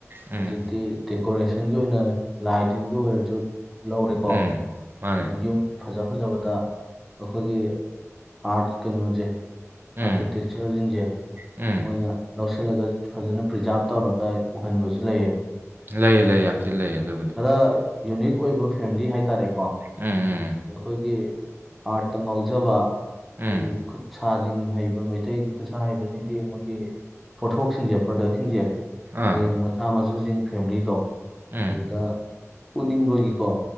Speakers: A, on the right; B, in the centre.
A: ꯎꯝ
B: ꯍꯧꯖꯤꯛꯇꯤ ꯗꯦꯀꯣꯔꯦꯁꯟ ꯒꯤ ꯑꯣꯏꯅ ꯂꯥꯏ ꯇꯤꯟꯒꯤ ꯑꯣꯏꯔꯁꯨ ꯂꯧꯔꯦꯀꯣ
A: ꯎꯝ ꯃꯥꯅꯦ
B: ꯃꯣꯏ ꯌꯨꯝ ꯐꯖ ꯐꯖꯕꯗ ꯑꯩꯈꯣꯏꯒꯤ ꯑꯥꯔꯠ ꯀꯩꯅꯣꯖꯦ
A: ꯎꯝ
B: ꯑꯥꯔꯀꯤꯇꯦꯛꯆꯔꯁꯤꯡꯁꯦ
A: ꯎꯝ
B: ꯃꯣꯏꯅ ꯂꯧꯁꯤ ꯂꯒ ꯐꯖꯅ ꯄ꯭ꯔꯤꯖꯥꯕ ꯇꯧꯔꯒ ꯎꯍꯟꯕꯁꯨ ꯂꯩꯌꯦꯕ
A: ꯂꯩꯌꯦ ꯂꯩ ꯌꯥꯝ ꯊꯤꯅ ꯂꯩ ꯑꯗꯨꯕꯨꯗꯤ
B: ꯈꯔ ꯌꯨꯅꯤꯛ ꯑꯣꯏꯕ ꯐꯦꯃꯤꯂꯤ ꯍꯥꯏꯇꯥꯔꯦ ꯀꯣ ꯑꯗꯤ
A: ꯎꯝ ꯎꯝ
B: ꯑꯩꯈꯣꯏꯒꯤ ꯑꯥꯔꯠꯇ ꯉꯥꯎꯖꯕ ꯑꯩꯈꯣꯏꯒꯤ
A: ꯎꯝ
B: ꯈꯨꯠ ꯁꯥꯖꯤꯡ ꯍꯩꯕ ꯃꯩꯇꯩꯒꯤ ꯈꯨꯠꯁꯥ ꯍꯩꯕꯁꯤꯡꯒꯤ ꯃꯣꯏꯒꯤ ꯄꯣꯊꯣꯛꯁꯤꯡꯁꯦ ꯄ꯭ꯔꯗꯛꯁꯤꯡꯁꯦ
A: ꯑꯥ
B: ꯍꯌꯦꯡ ꯃꯆꯥ ꯃꯁꯨ ꯆꯤꯡ ꯐꯦꯃꯤꯂꯤꯗꯣ
A: ꯎꯝ
B: ꯑꯗꯨꯗ ꯄꯨꯟꯅꯤꯡꯕꯒꯤꯀꯣ